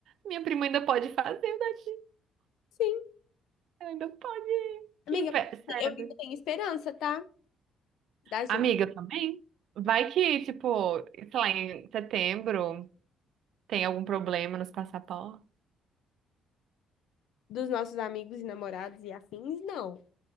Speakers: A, on the right (about 65°); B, on the left (about 75°).
A: minha prima ainda pode fazer, Nath,
B: Sim.
A: ela ainda pode.
B: Amiga,
A: Que inveja, sério.
B: eu ainda tenho esperança, tá? Da gente,
A: Amiga também? Vai que, tipo, sei lá, em setembro tem algum problema nos passaportes.
B: dos nossos amigos e namorados e afins, não.